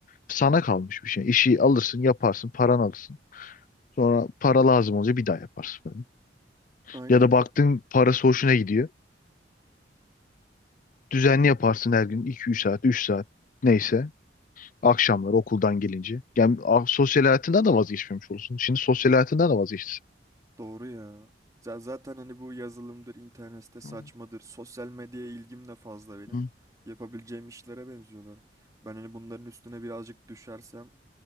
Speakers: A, on the left (about 45°); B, on the right (about 20°).
A: sana kalmış bir şey. İşi alırsın, yaparsın, paran alırsın. Sonra para lazım olunca bir daha yaparsın falan.
B: Aynen.
A: Ya da baktın parası hoşuna gidiyor. Düzenli yaparsın her gün iki üç saat, 3 saat neyse. Akşamlar okuldan gelince. Yani ah, sosyal hayatından da vazgeçmemiş olursun. Şimdi sosyal hayatından da vazgeçtin.
B: Doğru ya. Z- Zaten hani bu yazılımdır, internette saçmadır,
A: Hı,
B: sosyal medyaya ilgim de fazla benim.
A: hı,
B: Yapabileceğim işlere benziyorlar. Ben hani bunların üstüne birazcık düşersem,